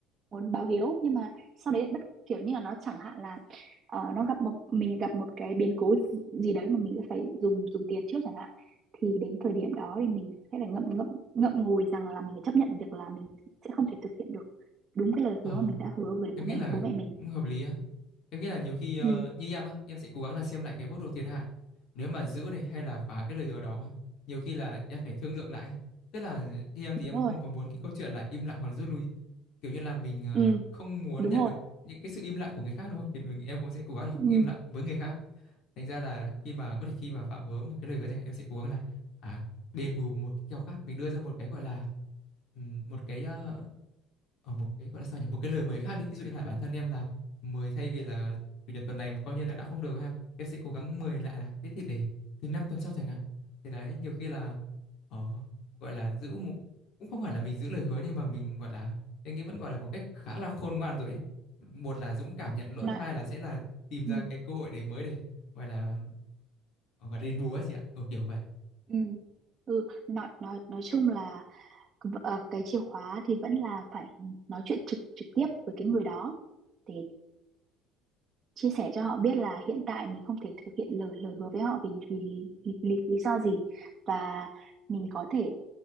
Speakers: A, on the right; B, on the left.
A: muốn báo hiếu nhưng mà sau đấy bất kiểu như là nó chẳng hạn là ờ, nó gặp một mình gặp một cái biến cố gì đấy mà mình sẽ phải dùng dùng tiền trước chẳng hạn thì đến thời điểm đó thì mình sẽ phải ngậm ngậm ngậm ngùi rằng là mình phải chấp nhận việc là mình sẽ không thể thực hiện được đúng cái lời
B: Ờ,
A: hứa mà mình đã hứa với
B: em
A: bố
B: nghĩ
A: mẹ
B: là
A: bố mẹ mình
B: cũng hợp lý á. Em nghĩ là nhiều khi ờ,
A: Ừ.
B: như em á, em sẽ cố gắng là xem lại cái mức độ thiệt hại. Nếu mà giữ này hay là phá cái lời hứa đó, nhiều khi là em phải thương lượng lại. á. Tức là như em
A: đúng
B: thì em không
A: rồi
B: có muốn cái câu chuyện là im lặng hoặc là rút lui. Kiểu như là mình ờ,
A: ừ
B: không muốn
A: đúng
B: nhận
A: rồi
B: được những cái sự im lặng của người khác đúng không? Thì mình em cũng sẽ cố gắng là không
A: ừ
B: im lặng với người khác. Thành ra là khi mà có thể khi mà phạm vỡ một cái lời hứa chẳng hạn, em sẽ cố gắng là à, đền bù một cái kèo khác. Mình đưa ra một cái gọi là ừm, một cái ờ, ở một cái gọi là sao nhỉ một cái lời mới khác đi ví dụ như là bản thân em là 10 thay vì là chủ nhật tuần này mà coi như đã đã không được rồi ha em sẽ cố gắng 10 lại là thế thì để thứ năm tuần sau chẳng hạn thì đấy nhiều khi là ờ, gọi là giữ một, cũng không phải là mình giữ lời hứa nhưng mà mình gọi là em nghĩ vẫn gọi là một cách khá là khôn ngoan rồi ấy. một là dũng cảm nhận lỗi
A: nói
B: hai là sẽ là tìm ra
A: ừ.
B: cái cơ hội để mới để gọi là ờ, gọi là đền bù ấy chị ạ ừ, kiểu vậy
A: Ừ. Ừ. Nói, nói nói chung là v- ờ, cái chìa khóa thì vẫn là phải nói chuyện trực trực tiếp với cái người đó để chia sẻ cho họ biết là hiện tại mình không thể thực hiện lời lời hứa với họ vì vì, vì lý, lý do gì và mình có thể